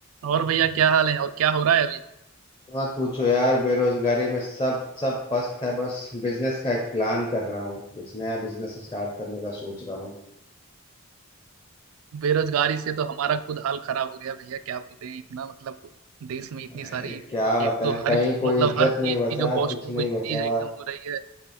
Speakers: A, on the right; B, on the left.
A: और भैया क्या हाल है और क्या हो रहा है अभी
B: मत पूछो यार बेरोजगारी में सब सब पस्त है बस बिजनेस का एक प्लान कर रहा हूँ कुछ नया बिजनेस स्टार्ट करने का सोच रहा हूँ
A: बेरोजगारी से तो हमारा खुद हाल खराब हो गया भैया क्या बोलते हैं इतना मतलब देश में इतनी
B: अरे
A: सारी
B: क्या बताएं
A: एक तो हर
B: कहीं कोई
A: मतलब
B: इज्जत
A: हर चीज
B: नहीं बचा
A: की जो
B: कुछ
A: कॉस्ट है
B: नहीं
A: वो इंक्रीज
B: बचा
A: एकदम हो रही है